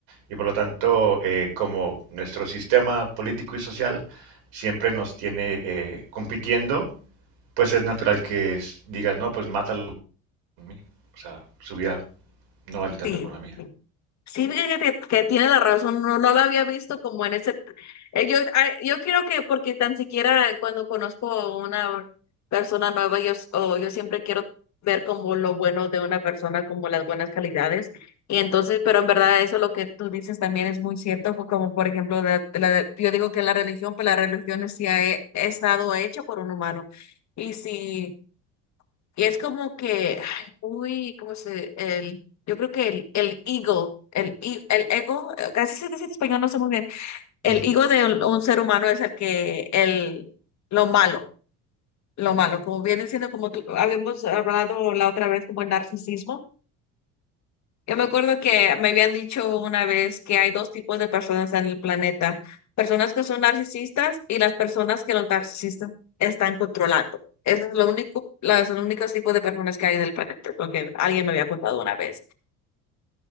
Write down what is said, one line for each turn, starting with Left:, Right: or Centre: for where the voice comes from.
Right: Y por lo tanto, eh, como nuestro sistema político y social siempre nos tiene eh, compitiendo, pues es natural que s- digas, no, pues mátalo por mí". O sea, su vida no vale tanto
Left: sí.
Right: como la mía.
Left: Sí, fíjate que, que tiene la razón, no, no lo había visto como en ese... eh, Yo, ah, yo creo que porque tan siquiera cuando conozco a una persona nueva, yo, s- o yo siempre quiero ver como lo bueno de una persona, como las buenas calidades. Y entonces, pero en verdad eso lo que tú dices también es muy cierto, po- como por ejemplo, de- de la, de- yo digo que la religión, pues la religión sí ha, he- estado hecha por un humano. Y si y es como que, ay, uy, ¿cómo se, el, yo creo que el, el ego, el, i- el ego, eh, casi se dice en español, no sé muy bien, el
Right: Ujú.
Left: ego de un, un ser humano es el que, el, lo malo, lo malo, como viene siendo como tú- habíamos hablado la otra vez, como el narcisismo yo me acuerdo que me habían dicho una vez que hay dos tipos de personas en el planeta, personas que son narcisistas y las personas que los narcisistas están controlando. Ese es lo único, la- son los únicos tipos de personas que hay en el planeta, es lo que alguien me había contado una vez.